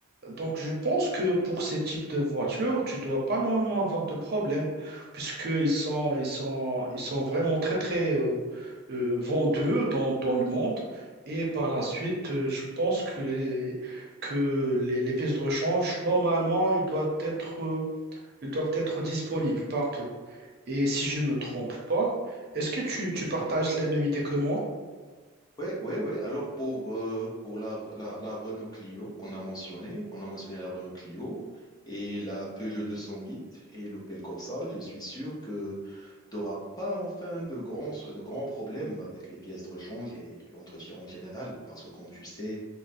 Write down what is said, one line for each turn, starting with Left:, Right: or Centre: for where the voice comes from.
Right: donc je pense que pour ces types de voitures, tu ne dois pas normalement avoir de problème, puisqu'ils sont, ils sont, ils sont vraiment très, très euh, euh, vendus dans, dans le monde. Et par la suite, euh, je pense que les, que les, les pièces de rechange, normalement, ils doivent être, euh, ils doivent être disponibles partout. Et si je me trompe pas, est-ce que tu, tu
Left: Exactement.
Right: partages la même idée que moi?
Left: Ouais, ouais, ouais. Alors pour euh, pour la, la la Renault Clio qu'on a mentionné, on a mentionné la Renault Clio et la Peugeot 208 et l'Opel Corsa. Je suis sûr que tu n'auras pas enfin de grands de grands problèmes avec les pièces de rechange et l'entretien en général parce que comme tu sais